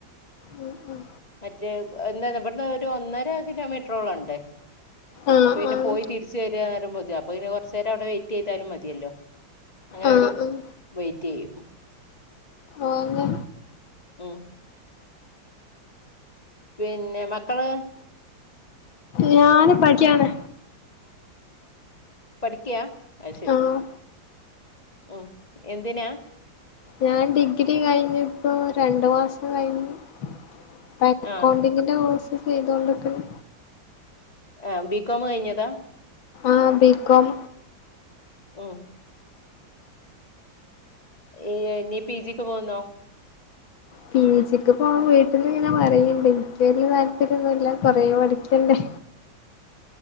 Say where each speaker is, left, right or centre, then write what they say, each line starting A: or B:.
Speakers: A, on the left (about 80°); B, on the left (about 20°).
A: ഉം ഉം
B: മറ്റേ എന്ത്‌ ഇബട്ന്ന് ഒരു ഒന്നര കിലോമീറ്ററോളം ണ്ട്.
A: ആഹ്
B: അപ്പ പിന്നെ
A: ആഹ്
B: പോയി തിര്ച്ച് വരാ റിമ്പേ ത് അപ്പ പിന്നെ കൊർച്ചേരം അഒടെ വെ ചെയ്താലും മതിയല്ലോ അങ്ങനെ
A: ആഹ്
B: ആട്
A: ആഹ്
B: വെയിറ്റ് യ്യും.
A: ഓന്ന്
B: ഉം പിന്നെ മക്കള്
A: ഞാന് പട്യാണ്
B: പഠിക്കാ അഹ്ശരി
A: ആഹ്
B: ഉം എന്തിനാ?
A: ഞാൻ ഡിഗ്രി കഴിഞ്ഞ് ഇപ്പൊ രണ്ട്മാസം കഴിഞ്ഞ്. പ്പ അക്കൗണ്ടിങ്ങിന്റെ
B: ആഹ്
A: കോഴ്സ് ചെയ്തോണ്ട്ക്ക്ണ്.
B: ആഹ് ബികോം കഴിഞ്ഞതാ?
A: ആഹ് ബികോം
B: ഉം ഏയ് ഇനി പി ജിക്ക് പോവ്ന്നോ?
A: പി സിക്ക് പോവാൻ വീട്ട്ന്ന് ങ്ങനെ പറയ്ണ്ട്. വല്യ താല്പര്യന്നുല്ല കൊറേ പഠിക്കണ്ടേ.